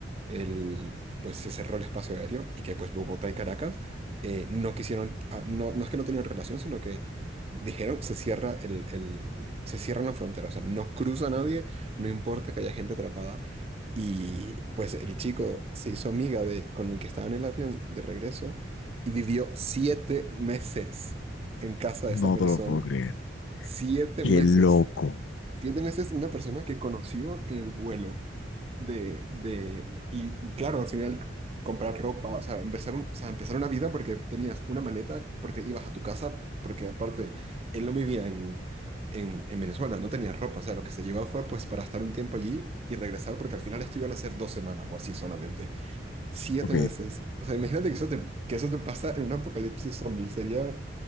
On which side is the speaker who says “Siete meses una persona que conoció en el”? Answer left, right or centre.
Right